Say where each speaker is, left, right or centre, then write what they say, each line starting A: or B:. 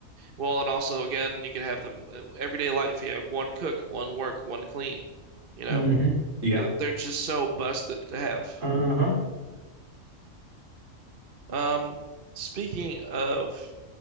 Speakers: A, on the right (about 45°); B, on the right (about 65°).
A: Well, and also again, you can have them uh, everyday life. You have one cook, one work, one clean. You know,
B: hmm Yeah.
A: Uh, they're just so busted to have.
B: Uh-huh.
A: Um, speaking of